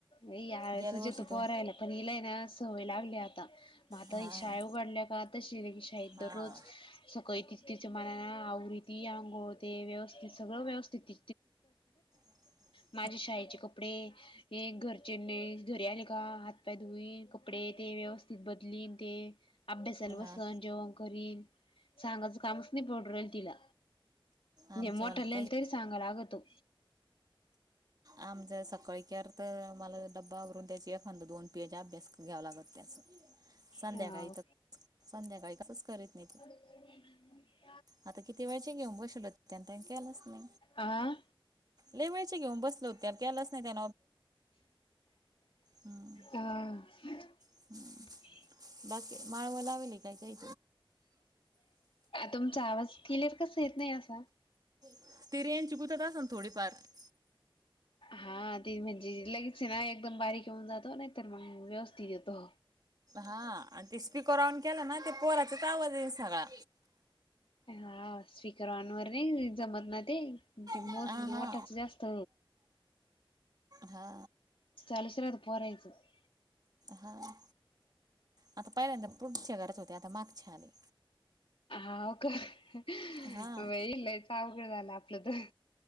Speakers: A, on the left (about 75°); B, on the right (about 45°).
A: यावेळेस
B: गेल्या वर्षी
A: जेतो
B: तो
A: पो रायला पण हलाय ना सवय लागली आता आता
B: हां
A: शाळे उघडल्या काळातश की शाळेत
B: हां
A: दररोज <unintelligible> सकळी तिच ति आंघोळ पांगुळ करते. व्यवस्थित
B: <unintelligible>
A: माझे शाळेचे कपडे. हे घरचेघरी आले. का हातपाय नवीन कपडे ते व्यवस्थित बदलील अभ्यासाला बसेल
B: हां
A: जेवण करेल तिला सांगायचं कामच नाही पडत.
B: आमच्यावाला
A: मोठ्यांना
B: ताई
A: सांगावं लागतं
B: आमचा सकाळ क अर्थ मला डब्बावरून त्याचे एखादा दोन पियाचा अभ्यास घ्यावा <unintelligible> संध्याकाळी
A: अ
B: तसं करीत मी.
A: ह <unintelligible>
B: आता किती वेळघेऊन बसेन होते मी
A: आ
B: लई वेळचे घेऊन बसल होत. मी त्यान अभ्यास केला नाही.
A: हा
B: सं
A: हं
B: बाकी माळव लावेल. आहे.
A: तुमचा आवाज केलेर कस येत नाही असा <unintelligible>
B: थोडीफार रेंज येत नाही.
A: हा ते म्हणजे. लगेच एकदम बारीक येऊन जातो नाहीतर व्यवस्थित येऊन जातो.
B: हा ते स्पीकर ऑन केला. ना पोरांचा आवाज येतो सगळा.
A: हा स्पीकर ऑन वरनाही जमत ते. ते
B: हा
A: मोठाच
B: हा
A: जास्त.
B: हा
A: सलचर अ परायच <unintelligible>
B: हहा आता पहिल्यांदा पुढच्या घरच होते. आता मागच्या घरात आले.
A: हा बाई
B: हा
A: अवघडं झालं. आपलं तर